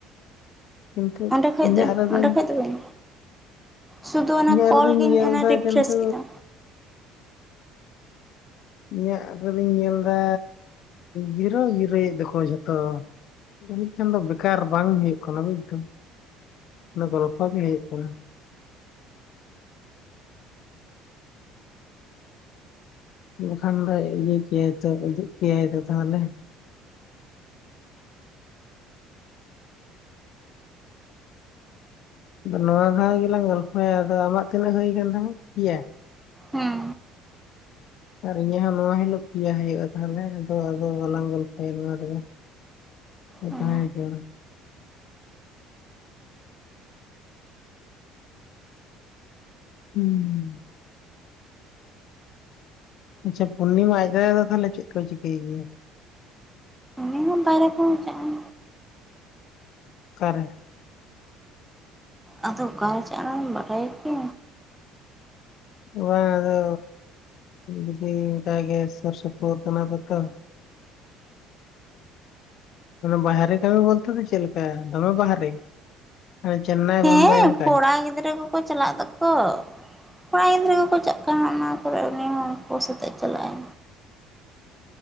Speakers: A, on the left; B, in the centre.
A: ᱠᱤᱱᱛᱩ
B: ᱚᱸᱰᱮ ᱠᱷᱚᱡ
A: ᱤᱧᱟᱹᱜ
B: ᱫᱚ
A: ᱨᱮᱫᱚᱧ
B: ᱚᱸᱰᱮ ᱠᱷᱚᱡ ᱫᱚ ᱵᱟᱹᱧ ᱥᱩᱫᱩ ᱚᱱᱟ
A: ᱤᱧᱟᱹᱜ
B: ᱠᱚᱞ
A: ᱨᱮᱫᱚᱧ
B: ᱜᱤᱧ
A: ᱧᱮᱞ ᱮᱫᱟ
B: ᱨᱤᱯᱷᱨᱮᱥ
A: ᱠᱤᱱᱛᱩ
B: ᱠᱮᱫᱟ
A: ᱤᱧᱟᱹᱜ ᱨᱮᱫᱚᱧ ᱧᱮᱞᱫᱟ ᱡᱤᱨᱳ ᱡᱤᱨᱳᱭᱮᱫ ᱫᱚᱠᱚ ᱡᱷᱚᱛᱚ ᱡᱟᱹᱱᱤᱡ ᱠᱷᱟᱱ ᱫᱚ ᱵᱮᱠᱟᱨ ᱵᱟᱝ ᱦᱩᱭᱩᱜ ᱠᱟᱱᱟ ᱵᱩᱡᱫᱟᱢ ᱚᱱᱟ ᱜᱚᱞᱯᱷᱚ ᱜᱮ ᱦᱩᱭᱩᱜ ᱠᱟᱱᱟ ᱮᱱᱠᱷᱟᱱ ᱫᱚᱭ ᱤᱭᱟᱹ ᱠᱮᱭᱟᱭ ᱛᱚ ᱩᱫᱩᱜ ᱠᱮᱭᱟᱭ ᱛᱚ ᱛᱟᱦᱚᱞᱮ <inaudible> ᱟᱫᱚ ᱱᱚᱣᱟ ᱫᱷᱟᱣ ᱜᱮᱞᱟᱝ ᱜᱚᱞᱯᱷᱚᱭᱟ ᱟᱫᱚ ᱟᱢᱟᱜ ᱛᱤᱱᱟᱹᱜ ᱦᱩᱭ ᱟᱠᱟᱱ ᱛᱟᱢᱟ ᱯᱮᱭᱟ
B: ᱦᱩᱸ
A: ᱟᱨ ᱤᱧᱟᱹᱜ ᱦᱚᱸ ᱱᱚᱣᱟ ᱦᱤᱞᱳᱜ ᱯᱮᱭᱟ ᱦᱩᱭᱩᱜᱼᱟ ᱛᱟᱦᱚᱞᱮ ᱟᱫᱚ ᱟᱫᱚ ᱵᱟᱞᱟᱝ ᱜᱚᱞᱯᱷᱚᱭᱟ ᱱᱚᱣᱟ ᱨᱮᱫᱚ ᱚ
B: ᱦᱩᱸ
A: ᱛᱟᱦᱮ ᱪᱚᱣᱟᱱ ᱦᱩᱸ ᱟᱪᱪᱷᱟ ᱯᱩᱨᱱᱤᱢᱟ ᱟᱡ ᱫᱟᱫᱟ ᱫᱚ ᱛᱟᱦᱚᱞᱮ ᱪᱮᱫ ᱠᱚᱭ ᱪᱤᱠᱟᱹᱭ ᱜᱮᱭᱟ
B: ᱮᱢᱚᱱ ᱵᱟᱭᱨᱮ ᱠᱷᱚᱱ ᱪᱟᱜ-ᱟ
A: ᱚᱠᱟᱨᱮ
B: ᱟᱫᱚ ᱚᱠᱟ ᱨᱮ ᱪᱟᱜ-ᱟ ᱵᱟᱰᱟᱭᱟᱠᱤ
A: ᱚᱱᱟ ᱫᱚ ᱡᱚᱫᱤ ᱚᱱᱠᱟ ᱜᱮ ᱥᱩᱨ ᱥᱩᱯᱩᱨ ᱠᱟᱱᱟ ᱠᱚᱛᱚ ᱵᱟᱦᱨᱮ ᱠᱟᱹᱢᱤ ᱵᱚᱞᱛᱮ ᱫᱚ ᱪᱮᱫ ᱞᱮᱠᱟ ᱫᱚᱢᱮ ᱵᱟᱦᱨᱮ ᱢᱟᱱᱮ ᱪᱮᱱᱱᱟᱭ ᱵᱳᱢᱵᱟᱭ
B: ᱦᱮᱸ
A: ᱚᱱᱠᱟ
B: ᱠᱚᱲᱟ ᱜᱤᱫᱽᱨᱟᱹ ᱠᱚᱠᱚ ᱪᱟᱞᱟᱜ ᱫᱚᱠᱚ ᱠᱚᱲᱟ ᱜᱤᱫᱽᱨᱟᱹ ᱠᱚᱠᱚ ᱪᱟᱞ ᱚᱱᱟ ᱠᱚᱨᱮ ᱩᱱᱤ ᱦᱚᱸ ᱩᱱᱠᱩ ᱥᱟᱛᱮᱜ ᱪᱟᱞᱟᱜᱼᱟᱭ